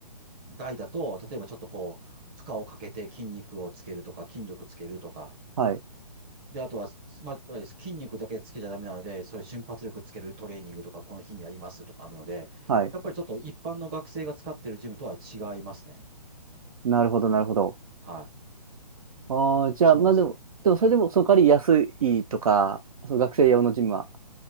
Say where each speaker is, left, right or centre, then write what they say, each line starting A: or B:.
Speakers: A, on the right (about 15°); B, on the right (about 55°).
A: 外だと、例えばちょっとこう、負荷をかけて筋肉をつけるとか、筋力つけるとか、
B: はい、
A: で、あとは、まあ、筋肉だけつけちゃダメなので、そういう瞬発力つけるトレーニングとか、この日にやりますとかあるので、
B: はい。
A: やっぱりちょっと一般の学生が使ってるジムとは違いますね。
B: なるほど、なるほど。
A: はい。
B: ああ、じゃあ、
A: そうなんですよ。
B: まあでも、でもそれでも、その代わり安いとか、
A: うん
B: その学生用のジムは。